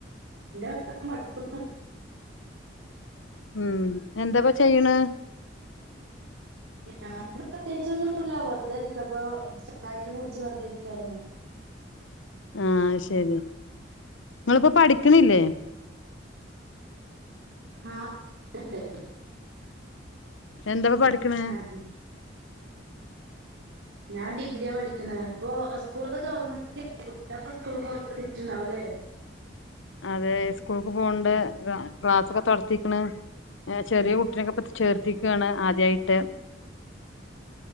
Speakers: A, on the right (about 90°); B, on the left (about 85°).
A: വ <unintelligible>
B: ഉം എന്തൊക്കെ ചെയ്യണ്?
A: ഞാന് പ്രത്യേകിച്ചൊന്നുംല്ല വെറുതെ ഇരിക്ക അപ്പൊ ചായക്കെ കുടിച്ച് വെറുതെ ഇരിക്കായിരുന്നു.
B: ആഹ! ശരി നിങ്ങളിപ്പോ പഠിക്കണില്ലേ?
A: ആഹ <inaudible>
B: എന്താവാ പഠിക്കണേ?
A: ആഹ് ഞാൻ ഡിഗ്രിയ പഠിക്കണ ഇപ്പൊ സ്കൂളൊക്കെ തുറന്നക്ക സ്കൂൾ കൊത്തിട്ടുണ്ടാവല്ലേ?
B: അതെ സ്ക്കൂള്ക്ക് പോകണ്ട് ക്ലാ ക്ലാസ്സൊക്കെ തൊടത്തിക്കണ് ചെറിയ കുട്ടിനൊക്കെ പ്പ ചേർത്തിക്കാണ് ആദ്യായിട്ട്